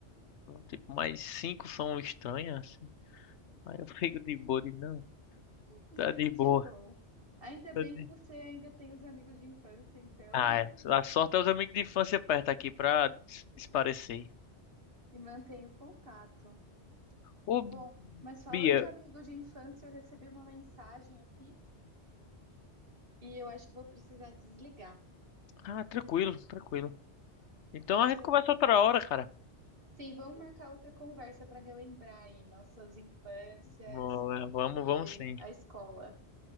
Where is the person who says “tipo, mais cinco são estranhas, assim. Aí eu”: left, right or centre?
Left